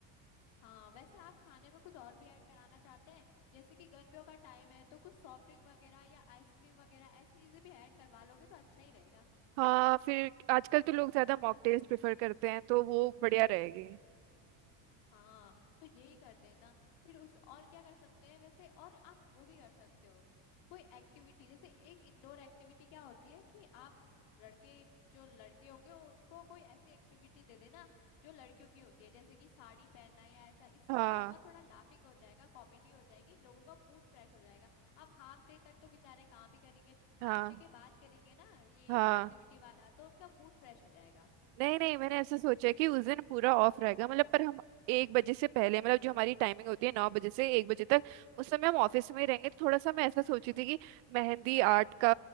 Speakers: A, on the left; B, on the right.
A: हाँ वैसे आप खाने में कुछ और भी ऐड कराना चाहते हैं जैसे कि गर्मियों का टाइम है तो कुछ सॉफ्ट ड्रिंक वगैरह या आइसक्रीम वगैरह ऐसी चीजें भी ऐड करवा लोगे तो अच्छा ही रहेगा
B: हाँ फिर आजकल तो लोग ज्यादा मॉकटेल्स प्रेफर करते हैं तो वो बढ़िया रहेगी
A: हाँ तो यही कर देना फिर उस और क्या कर सकते हैं वैसे और आप वो भी कर सकते हो कोई एक्टिविटी जैसे एक इंडोर एक्टिविटी क्या होती है कि आप लड़के जो लड़के होंगे उनको कोई ऐसी एक्टिविटी दे देना जो लड़कियों की होती है जैसे कि साड़ी पहनना या ऐसा इससे
B: हाँ
A: क्या होगा थोड़ा लाफिंग हो जाएगा कॉमेडी हो जाएगी लोगों का मूड फ्रेश हो जाएगा अब हाफ डे तक तो बेचारे काम ही करेंगे
B: हाँ
A: हाफ डे के बाद करेंगे ना ये
B: हाँ
A: एक्टिविटी वाला तो उनका मूड फ्रेश हो जाएगा
B: नहीं नहीं मैंने ऐसे सोचा है कि उस दिन पूरा ऑफ रहेगा मतलब पर हम एक बजे से पहले मतलब जो हमारी टाइमिंग होती है नौ बजे से एक बजे तक उस समय हम ऑफिस में ही रहेंगे तो थोड़ा सा मैं ऐसा सोची थी कि मेहंदी आर्ट का